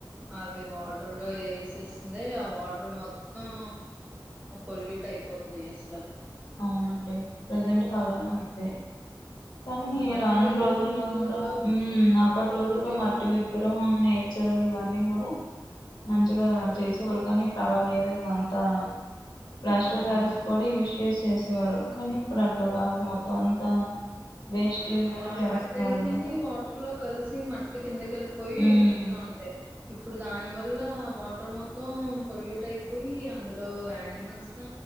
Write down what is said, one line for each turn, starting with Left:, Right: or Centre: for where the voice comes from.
Right: అవి వాటర్ లో ఏసేస్తుంది ఆ వాటర్ మొత్తం పల్యూ టయిప్పోతున్నాయి అసలా
Left: అవునండి ప్రజెంట్ కాలనే ఉంది కానీ
Right: మట్టి
Left: రానుని
Right: విగ్రహంలో
Left: రోజుల్లో కూడా ఉ అప్పటి
Right: ఆ
Left: రోజుల్లో
Right: విగ్రహాలు
Left: మట్టి విగ్రహం నేచర్ ఇవన్నీ కూడా మంచిగా చేసేవాళ్ళు కానీ ఇప్పుడు అలా లేదు కదా అంతా ప్లాస్ట్
Right: అవును
Left: ఆఫ్ ప్యారిస్ కూడాయూస్ చేస్త చేసేవారు కానీ ఇప్పుడు అట్లా కాదు మొత్తం అంతా వేస్టేజ్
Right: ఆ
Left: గానే
Right: ఆ
Left: చేస్తున్నారు
Right: మట్ అయితేనే
Left: అనమాట
Right: వాటర్ లో కలిసి మట్టి కిందక వెళ్ళిపోయి
Left: ఉమ్
Right: నీట్ గా ఉంటాయి ఇప్పుడు దానివల్ల వాటర్ మొత్తం మొత్తం పొల్యూట్ అయిపోయి అందులో యని మస్కా